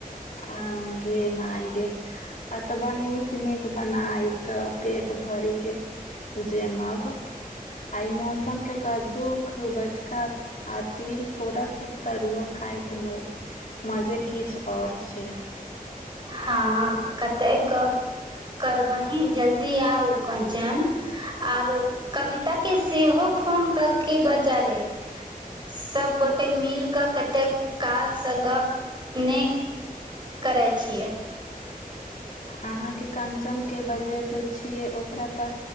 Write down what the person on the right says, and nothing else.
हँ कते गप करबही जल्दी आउ कंचन आर कविता के सेहो फोन कऽ के बजाले सबगोटे मिल कऽ कते काल स गप नेक करै छियै